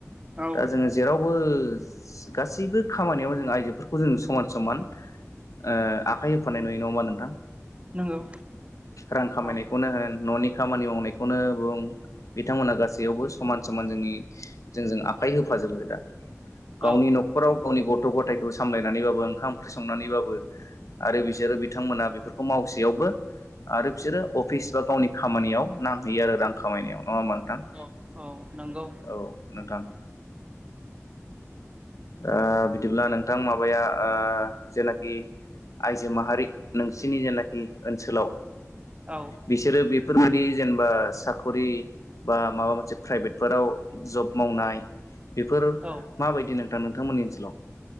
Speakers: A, on the right; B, on the left.
A: औ
B: दा जोङो जेरावबो गासिबो खामानियावनो जों आइजोफोरखौ जों समान समान ओ आखाइ होफानाय नुयो नङा होमबा नोंथां
A: नंगौ
B: रां खामायनायखौनो
A: औ
B: होन न'नि खामानि मावनायखौनो बुं। बिथांमोनहा गासैयावबो समान समान जोंनि, जोंजों आखाइ होफाजोबो दा।
A: औ
B: गावनि न'खराव गावनि गथ' गथायखौ सामलायनानैबाबो ओंखाम ओंख्रि संनानैबाबो आरो बिसोरो बिथांमोना बेफोरखौ मावसेयावबो आरो बिसोरो अफिस बा गावनि खामानियाव नांहैयो आरो रां खामायनायाव, नङा होमबा नोंथां?
A: औ औ नोंगौ।
B: औ नोंथां। ओ बिदिब्ला नोंथां माबाया ओ जेनाखि आइजो माहारि, नोंसिनि जेनाखि ओनसोलाव
A: औ।
B: बिसोरो बेफोरबायदि जेनेबा साख'रि बा माबा मोनसे प्राइभेटफोराव जब मावनाय बेफोर
A: औ
B: माबायदि नोंथा नोंथांमोननि ओनसोलाव?